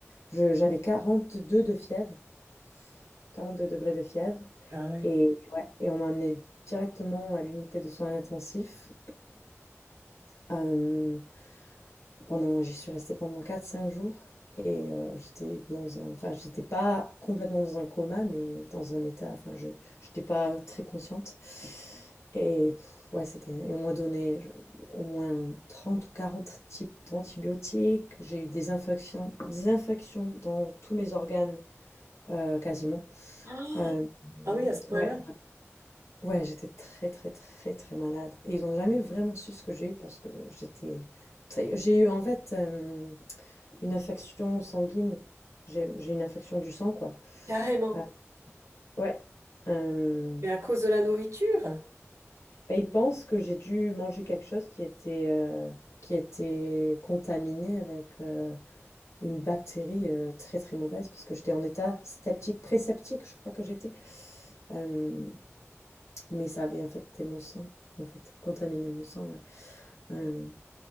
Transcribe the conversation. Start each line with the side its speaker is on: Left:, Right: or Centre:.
Left: Je j'avais 42 de fièvre, 42 degrés de fièvre
Right: Ah oui.
Left: et ouais et on m'a emmenée directement à l'unité de soins intensifs. Hem Pendant j'y suis restée pendant quatre cinq jours et heu, j'étais dans un enfin j'étais pas complètement dans un coma, mais dans un état enfin je j'étais pas très consciente et pff, ouais, c'était et on m'a donné je au moins 30 ou 40 types d'antibiotiques. J'ai eu des infections des infections dans tous mes organes, heu, quasiment.
Right: Ah
Left: Hem,
Right: ah oui, à ce point-là,
Left: ouais, ouais, j'étais très, très, très, très malade et ils ont jamais vraiment su ce que j'ai eu parce que j'étais très j'ai eu en fait, hem une infection sanguine. J'ai j'ai une infection du sang, quoi.
Right: carrément.
Left: Ah, ouais. Hem,
Right: Mais à cause de la nourriture?
Left: bah, ils pensent que j'ai dû manger quelque chose qui était, heu, qui était contaminé avec, heu, une bactérie, heu, très, très mauvaise parce que j'étais en état septique, pré-septique, je crois que j'étais. Hem, mais ça avait infecté mon sang, en fait, contaminé mon sang, ouais. Hem,